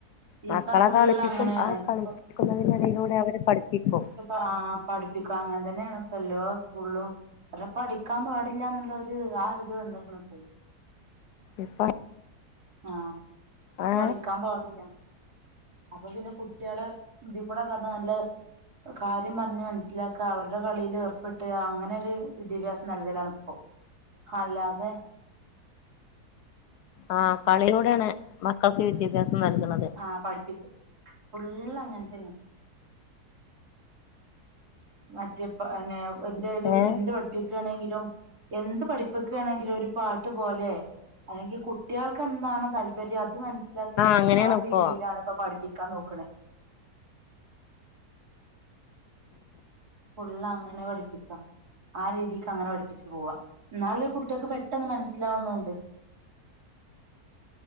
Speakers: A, on the left; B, on the right.
A: മക്കളെ
B: ഇപ്പൊ ഫുള്ള്
A: കളിപ്പിക്കും
B: അങ്ങനെയാണ്
A: ആ
B: ഇപ്പൊ
A: കളിപ്പിക്കുന്നതിനിടയിലൂടെ അവര് പഠിപ്പിക്കും
B: ആ പഠിപ്പിക്കും അങ്ങനെ തന്നെയാണ് ഇപ്പ എല്ലാ സ്കൂളിലും അവരിപ്പ അടിക്കാൻ പാടില്ലാ എന്നുള്ളൊരു ആ ഒരിത് വന്നിക്കണ് ഇപ്പേ
A: ഇപ്പ
B: ആ
A: ഏ
B: പ്പഅടിക്കാൻ പാടില്ല അപ്പപിന്നെ കുട്ടികള് ഇതിക്കുടെ കെടന്നു നല്ല കാര്യം പറഞ്ഞുമനസ്സിലാക്യാ അവരുടെ കളീല് ഏർപ്പെട്ട് അങ്ങനൊരു വിദ്യാഭ്യാസം നൽകലാണിപ്പോ അല്ലാതെ
A: ആ കളിയിലൂടെയാണ് മക്കൾക്ക് വിദ്യാഭ്യാസം നൽകുന്നത്
B: ആ പഠിപ്പിക്കും ഫുള്ള് അങ്ങനെത്തന്നെ മറ്റേപ്പ പിന്നെ എന്തേലും
A: ഏ
B: എന്ത് പഠി പ്പിക്കുവാണെങ്കിലും എന്തു പഠിപ്പിക്കുയാണെങ്കിലും ഒരു പാട്ടുപോലെ ആണെങ്കി കുട്ട് കുട്ടികൾക്ക് എന്താണോ താല്പര്യം അതുമനസ്സിലാക്കിയെടുത്തിട്ട്
A: അങ്ങനെയാണ്
B: ആ
A: ഇപ്പോ
B: രീതിയിലാണ് ഇപ്പൊ പഠിപ്പിക്കാൻ നോക്കണേ ഫുള്ള് അങ്ങനെ പഠിപ്പിക്കാം ആ രീതിക്ക് അങ്ങനെ പഠിപ്പിച്ചുപോവാം എന്നാല് കുട്ടികൾക്ക് പെട്ടെന്ന് മനസ്സിലാവുന്നൊണ്ട്